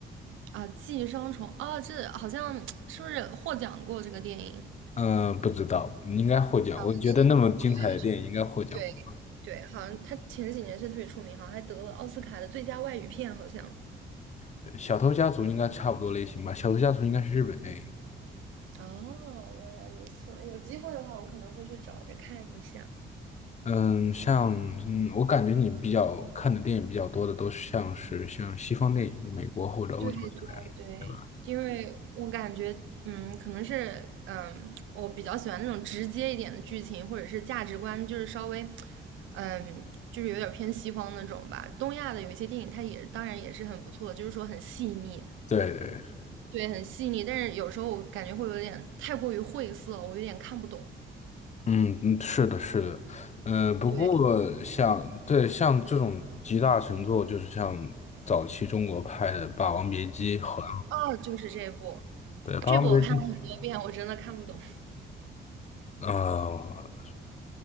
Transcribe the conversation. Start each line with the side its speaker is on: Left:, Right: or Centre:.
Right: 啊，《寄生虫》啊，这好像 <tsk> 是不是获奖过这个电影？
Left: 嗯，不知道，应该获奖。我觉得那么精彩的电影应该获奖过。
Right: 是是的，对对，好像他前几年是特别出名，好像还得了奥斯卡的最佳外语片，好像。
Left: 对小偷家族应该差不多类型吧，小偷家族应该是日本电影。
Right: 哦，原来如此，有机会的话，我可能会去找着看一下。
Left: 嗯，像嗯，我感觉你比较看的电影比较多的都是像是像西方电影，美国或者欧洲这边的，
Right: 对对对，
Left: 对吧？
Right: 因为我感觉，嗯，可能是，嗯，我比较喜欢那种直接一点的剧情，或者是价值观，就是稍微，嗯，就是有点偏西方那种吧。东亚的有一些电影，它也当然也是很不错的，就是说很细腻，
Left: 对对，
Right: 对，很细腻。但是有时候我感觉会有点太过于晦涩，我有点看不懂。
Left: 嗯嗯，是的，是的。嗯，不过像对像这种集大成作，
Right: 对，
Left: 就是像早期中国拍的《霸王别姬》和
Right: 哦，就是这部，
Left: 对《霸王别姬》
Right: 这部我看了很多遍，我真的看不懂。
Left: 啊、呃